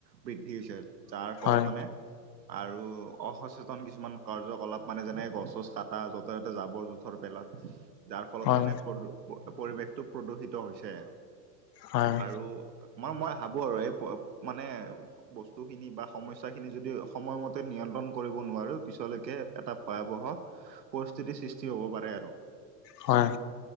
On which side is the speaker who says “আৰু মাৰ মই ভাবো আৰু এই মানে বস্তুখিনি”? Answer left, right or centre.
Right